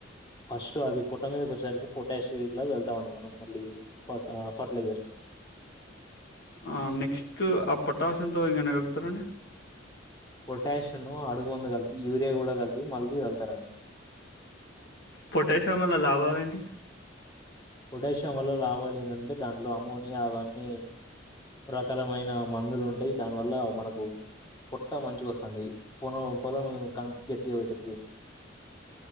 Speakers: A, on the left; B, on the left.
A: ఫస్ట్ అది పొట్ట మీదకి వచ్చసరికి పొటాష్ షేక్ల చల్తామండి మనం మళ్ళీ ఫట ఫర్టిలైజర్స్
B: ఆ నెక్స్ట్ ఆ పోటాశంతో ఇంకేం కలుపుతార్ అండి
A: పొటాషియంను అడుగు ముందు కలిపి యూరియా కూడా కలిపి మంచిగ చల్లుతారండి
B: పొటాషియం వల్ల లాభాలేంటి
A: పొటాషియం వల్ల లాభాలు ఏంటంటే దాంట్లో అమోనియా అవన్నీ రకాలమైన మందులు ఉంటాయి దానివల్ల మనకు పొట్ట మంచిగా వస్తది పొలం పొలం కంకి గట్టిగ పెట్టిది